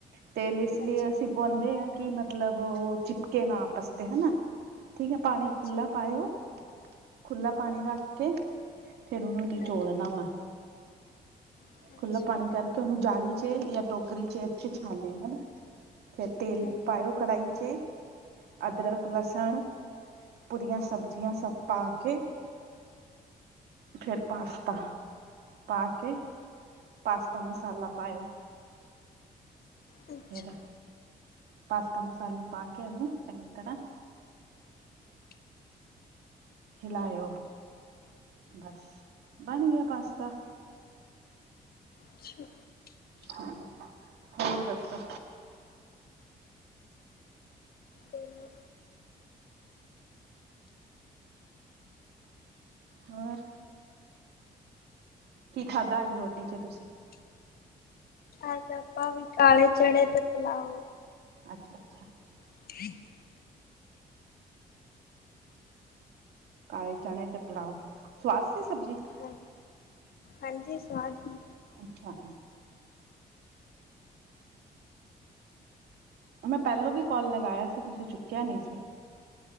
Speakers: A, on the right; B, on the left.
A: ਤੇਲ ਇਸ ਲਈ
B: ਅੱਛਾ ਅੱਛਾ
A: ਅਸੀਂ ਪਾਉਂਦੇ ਆ, ਕਿ ਮਤਲਬ ਉਹ ਚਿਪਕੇ ਨਾ ਆਪਸ ਤੇ ਹਨਾ। ਠੀਕ ਏ ਪਾਣੀ
B: ਹਾਂਜੀ ਅੱਛਾ
A: ਖੁਲਾ ਪਾਏਓ, ਖੁਲਾ ਪਾਣੀ ਰੱਖ ਕੇ ਫੇਰ ਉਹਨੂੰ ਨਿਚੋੜਨਾ
B: ਹਾਂਜੀ ਹਾਂਜੀ
A: ਵੇ
B: ਅੱਛਾ
A: ਖੁੱਲਾ ਪਾਣੀ ਕਰਕੇ, ਉਹਨੂੰ ਜਾਲੀ ਚੇ ਯਾ ਟੋਕਰੀ ਚੇ ਏਥੇ ਛਾਨੇਓ। ਫੇਰ ਤੇਲ
B: ਅੱਛਾ
A: ਪਾਇਓ ਕੜਾਹੀ 'ਚ ਅਦਰਕ ਲਸਣ ਪੂਰੀਆਂ ਸਬਜ਼ੀਆਂ ਸਭ ਪਾ ਕੇ ਫਿਰ ਪਾਸਤਾ ਪਾ ਕੇ, ਪਾਸਤਾ ਮਸਾਲਾ ਪਾਇਓ।
B: ਅੱਛਾ
A: ਫੇਰ ਪਾਸਤਾ ਮਸਾਲਾ ਪਾ ਕੇ ਉਹਨੂੰ ਚੰਗੀ ਤਰ੍ਹਾਂ ਹਿਲਾਇਓ ਬਸ। ਬਣ ਗਿਆ ਪਾਸਤਾ।
B: ਅੱਛਾ।
A: ਹਾ, ਹੋਰ ਦੱਸੋ?
B: ਬੋਲੋ
A: ਹੋਰ, ਕੀ ਖਾਦਾ ਅੱਜ ਰੋਟੀ ਚ ਤੁਸੀਂ?
B: ਅੱਜ ਆਪਾਂ ਵੀ ਕਾਲੇ ਚਣੇ ਤੇ ਪਲਾਓ
A: ਅੱਛਾ-ਅੱਛਾ।
B: <inaudible>
A: ਕਾਲੇ ਚਣੇ ਤੇ ਪਲਾਓ, ਸਵਾਦ ਸੀ ਸਬਜ਼ੀ?
B: <unintelligible> ਹਾਂ ਹਾਂਜੀ ਸਵਾਦ ਸੀ।
A: ਅੱਛਾ। ਮੈਂ ਪਹਿਲੋਂ ਵੀ ਕਾਲ ਲਗਾਇਆ ਸੀ ਤੁਸੀਂ ਚੁੱਕਿਆ ਨਹੀਂ ਸੀ।